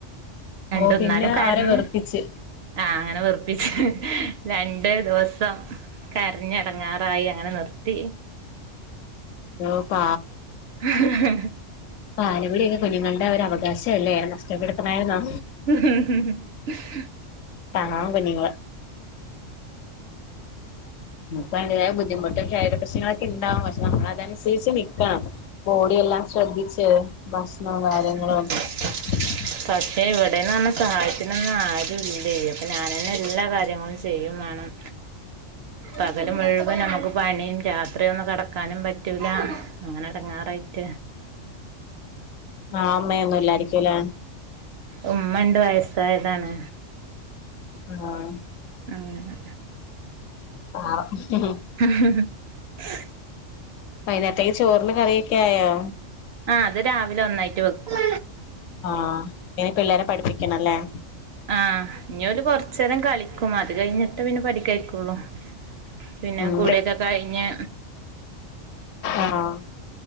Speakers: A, on the right; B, on the left.
A: രണ്ടു
B: ഓ പിന്നെ
A: ന്നാലും കരഞ്ഞു
B: അവരെ വെറുപ്പിച്ച്
A: ആ അങ്ങനെ വെറുപ്പിച്ചു രണ്ട് ദിവസം കരഞെടങ്ങാറായി അങ്ങനെ നിർത്തി
B: <unintelligible> പാ
A: <inaudible>
B: പാൽകുടിയൊക്കെ കുഞ്ഞുങ്ങളുടെ ഒരു അവകാശല്ലേ അത് നഷ്ടപ്പെടുത്തണേന്നോ
A: <inaudible>
B: പാവം കുഞ്ഞുങ്ങള് ഭയങ്കരായ ബുദ്ധിമുട്ടും ശരീര പ്രശ്നങ്ങളൊക്കെണ്ടാവും പക്ഷെ നമ്മളതനുസരിച്ച് നിക്കണം ബോഡിയെല്ലാം ശ്രദ്ധിച്ച്
A: <inaudible>
B: ഭക്ഷണവും കാര്യങ്ങളും <inaudible>
A: പക്ഷെ ഇവിടെന്ന്റ്ഞ്ഞ സഹായത്തിനൊന്നം ആരുംല്ലേ അപ്പൊ ഞാനന്നെ എല്ലാ കാര്യങ്ങളും ചെയ്യും വേണം
B: <inaudible>
A: പകൽ മുഴുവൻ നമുക്ക് പണിയും രാത്രി യൊന്ന് കടക്കാനും പറ്റൂല്ല അങ്ങനെ എടങ്ങാറായിട്ട്
B: ആ അമ്മയൊന്നുംല്ലായിരിക്കല്ലേ
A: ഉമ്മണ്ട് വയസ്സായതാണ്
B: ആഹ്
A: അങ്ങനെ
B: പാവം
A: <unintelligible>
B: വൈനേരത്തേക്ക് ചോറിന് കറിയൊക്കെ ആയോ
A: ആ അത് രാവിലെ ഒന്നായിറ്റ് വെക്കും
B: ആ ഇനി പിള്ളേര പഠിപ്പിക്കണംല്ലേ
A: ആ ഇഞ് ഓല് കൊറച്ചേരം കളിക്കും അത് കഴിഞ്ഞിട്ട് പിന്നെ പഠിക്കായിരിക്കുള്ളൂ പിന്നെ
B: ഉം
A: കുള്യൊക്കെ കഴിഞ്ഞ്.
B: ആഹ്